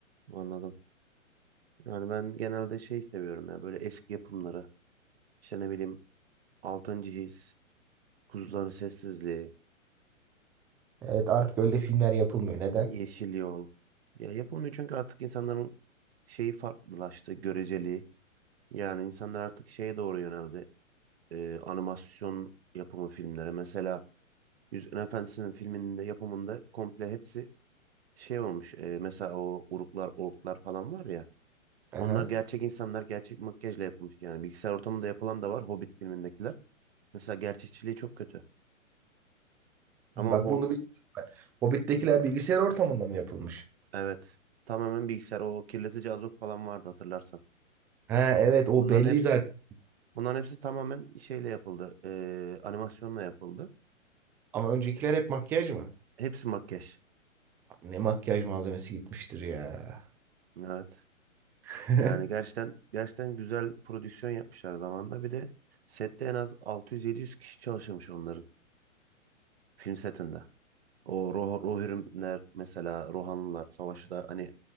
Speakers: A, on the right; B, in the centre.
A: anladım. Yani ben genelde şey seviyorum ya böyle eski yapımları. İşte ne bileyim 6. His, Kuzuların Sessizliği,
B: Evet artık öyle filmler yapılmıyor. Neden?
A: Yeşil yol. Ya yapılmıyor çünkü artık insanların şeyi farklılaştı, göreceliği. Yani insanlar artık şeye doğru yöneldi. Ee, animasyon yapımı filmlere. Mesela Yüzüklerin Efendisi'nin filminde yapımında komple hepsi şey olmuş. e, mesela o uruklar, orklar falan var ya.
B: Aha.
A: Onlar gerçek insanlar gerçek makyajla yapılmış. Yani bilgisayar ortamında yapılan da var Hobbit filmindekiler. Mesela gerçekçiliği çok kötü. Ama
B: Bak
A: o
B: bunu bilmiyorum ben. Hobbit'tekiler bilgisayar ortamında mı yapılmış?
A: evet tamamen bilgisayar o kirletici azok falan vardı hatırlarsan.
B: Ha evet o
A: Onların
B: belli
A: hepsi
B: zaten.
A: Bunların hepsi tamamen şeyle yapıldı. Ee, animasyonla yapıldı.
B: Ama öncekiler hep makyaj mı?
A: Hepsi makyaj.
B: Abi Ne makyaj malzemesi gitmiştir ya.
A: Evet.
B: <laughs>
A: Yani gerçekten gerçekten güzel prodüksiyon yapmışlar zamanda. Bir de sette en az 600-700 kişi çalışırmış onların film setinde. O Roh Rohirrimler mesela Rohanlılar savaşı hani